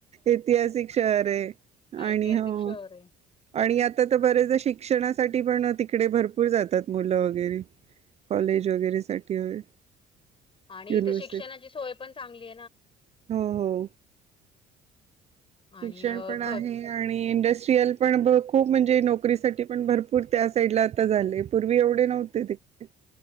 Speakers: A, on the right (about 40°); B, on the left (about 30°).
A: ऐतिहासिक शहर आहे
B: ऐतिहासिक
A: आणि हो
B: शहर आहे
A: आणि आता तर बरेच शिक्षणासाठी पण तिकडे भरपूर जातात मुलं वगैरे कॉलेज वगैर साठी वगैरे साठी
B: आणि
A: युनिव्हर्सिटी
B: इथे शिक्षणा सोय पण चांगली
A: हो हो
B: आणि
A: शिक्षण
B: अ,
A: पण
B: भ
A: आहे आणि इंडस्ट <unintelligible> पण खूप म्हणजे नोकरीसाठी पण भरपूर त्या साईड ला आता झाले पूर्वी एवढे नव्हते त